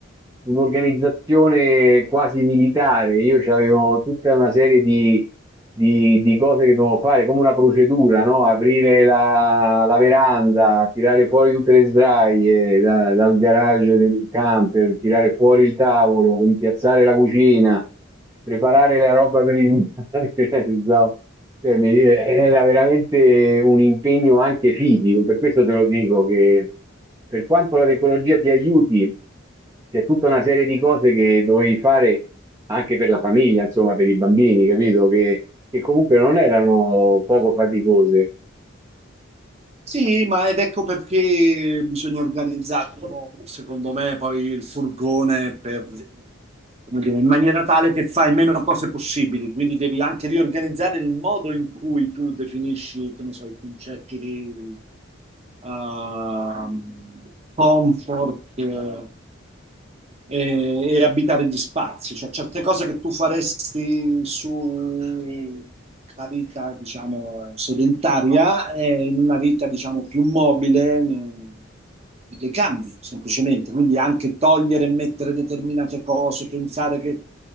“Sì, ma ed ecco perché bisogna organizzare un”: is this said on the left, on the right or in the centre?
Right